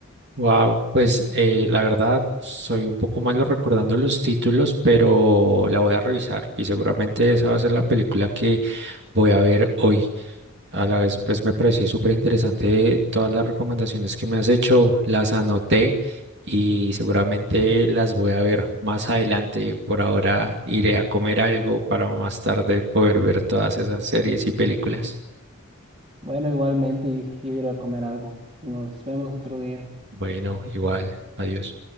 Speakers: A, on the right; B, on the right.
A: Wow, pues eh, la verdad soy un poco malo recordando los títulos, pero la voy a revisar y seguramente esa va a ser la película que voy a ver hoy. A la vez, pues me pareció súper interesante todas las recomendaciones que me has hecho, las anoté y seguramente las voy a ver más adelante. Por ahora iré a comer algo para más tarde poder ver todas esas series y películas.
B: Bueno, igualmente, y, y iré a comer algo. Nos vemos otro día.
A: Bueno, igual, adiós.